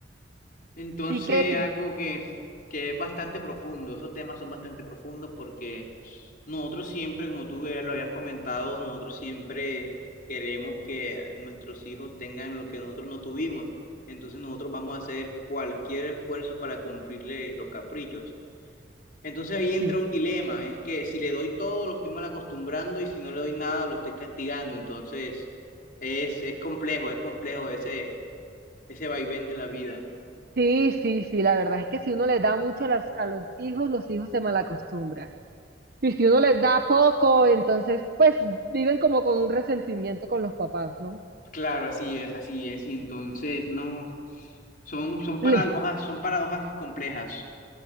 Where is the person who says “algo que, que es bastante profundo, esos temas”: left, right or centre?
Left